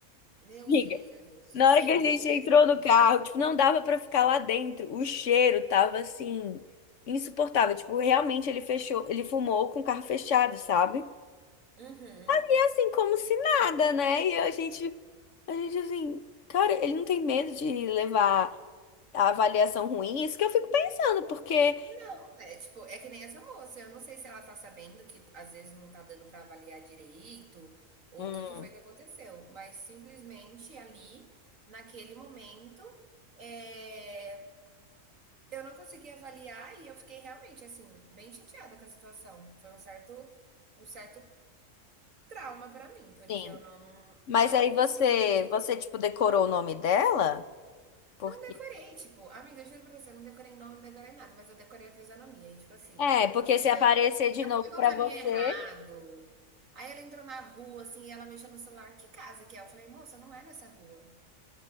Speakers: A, on the right (about 85°); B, on the left (about 70°).
A: Meu
B: Amiga,
A: Senhor Jesus.
B: Na
A: Sim,
B: hora que a gente
A: tem dessas
B: entrou no
A: também.
B: carro, tipo, não dava pra ficar lá dentro. O cheiro tava assim insuportável, tipo, realmente ele fechou, ele fumou com o carro fechado, sabe?
A: Uhum.
B: E assim como se nada, né? E a gente, a gente assim, cara, ele não tem medo de levar a avaliação ruim? Isso que eu fico pensando, porque
A: Não, é tipo, é que nem essa moça. Eu não sei se ela tá sabendo que às vezes não tá dando pra avaliar direito, ou
B: hum,
A: o que que foi que aconteceu. Mas simplesmente ali, naquele momento, é, eu não consegui avaliar e eu fiquei realmente assim, bem chateada com a situação. Foi um certo, um certo trauma pra mim, porque
B: sim.
A: eu não,
B: Mas
A: não
B: aí
A: consegui.
B: você, você tipo decorou o nome dela? Porque
A: Não decorei, tipo, amiga, eu juro pra você, eu não decorei nome, não decorei nada, mas eu decorei a fisionomia. E tipo assim.
B: é, porque se
A: é,
B: aparecer de
A: Ela
B: novo
A: pegou
B: pra
A: o caminho
B: você
A: errado. Aí ela entrou na rua, assim, e ela mexendo no celular. Que casa que é? Eu falei, moça, não é nessa rua.